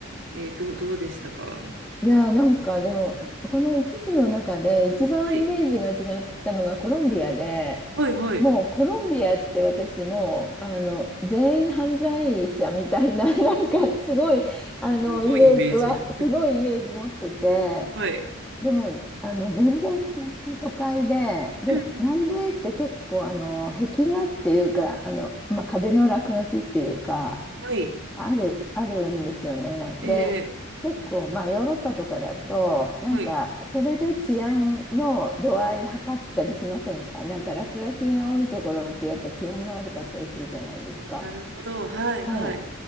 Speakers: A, on the right (about 60°); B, in the centre.
A: えー、どう、どうでしたか
B: いやーなんかでもこの5つつの中で一番イメージが違ったのがコロンビアで
A: はい。はい、はい。
B: もうコロンビアって私もうあの全員犯罪者みたいな <laughs> なんかすごいあのイメージはすごいイメージ持ってて
A: すごいイメージ。はい。
B: でもあの全然普通に都会で、で南米って結構あの壁画っていうかあの、
A: うんうんうん。
B: まあ、壁の落書きっていうか
A: はい。
B: ある、あるんですよね。
A: えーえ
B: で、結構、まあ、ヨーロッパとかだと、なんか、
A: ーはい。
B: それで治安の度合い測ったりしませんかなんか、落書きが多いところって、やっぱ治安が悪かったりするじゃないですか。
A: なるほど。はい、
B: はい。
A: はい。